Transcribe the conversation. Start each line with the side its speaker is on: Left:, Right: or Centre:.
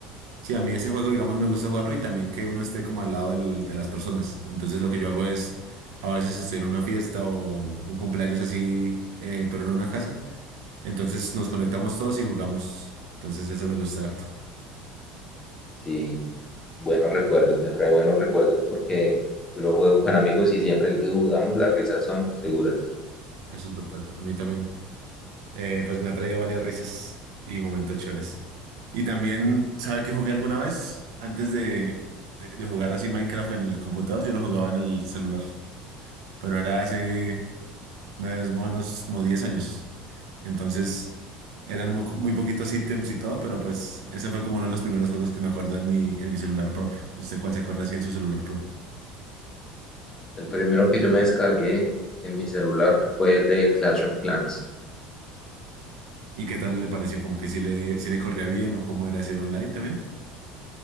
Right: Sí, a mí ese juego, digamos, me gusta jugarlo y también que uno esté como al lado del- de las personas. Entonces lo que yo hago es, a veces estoy en una fiesta o un cumpleaños así, eh, pero no en una casa. Entonces nos conectamos todos y jugamos. Entonces eso me gusta harto.
Left: Sí, buenos recuerdos, me trae buenos recuerdos porque yo lo juego con amigos y siempre que jugamos las risas son seguras.
Right: Eso es verdad. A mí también, eh, pues me ha traído varias risas y momentos chéveres. Y también, ¿sabe que jugué alguna vez? Antes de, de de jugar así Minecraft en el computador, yo lo jugaba en el celular. Pero era hace más o menos como 10 años. Entonces, eran muy, co- muy poquitos ítems y todo, pero pues ese fue como uno de los primeros juegos que me acuerdo en mi, en mi celular propio. ¿Usted cuál se acuerda así en su celular propio?
Left: El primero que yo me descargué en mi celular fue el de Clash of Clans.
Right: ¿Y qué tal le pareció? ¿Como que si le, si le corría bien o cómo era ese online también?